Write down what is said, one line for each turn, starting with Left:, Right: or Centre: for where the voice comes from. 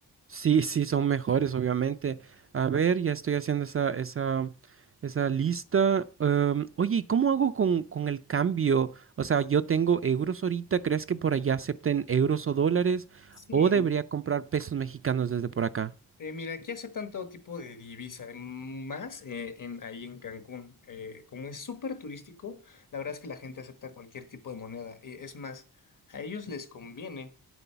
Right: Sí, sí, son mejores, obviamente. A ver, ya estoy haciendo esa, esa, esa lista. Em, oye, ¿y cómo hago con, con el cambio? O sea, yo tengo euros ahorita, ¿crees que por allá acepten euros o dólares?
Left: Sí.
Right: ¿O debería comprar pesos mexicanos desde por acá?
Left: Eh, mira, aquí aceptan todo tipo de divisa, eh, más eh, en, ahí en Cancún. Eh, como es súper turístico, la verdad es que la gente acepta cualquier tipo de moneda. Y es más, a ellos les conviene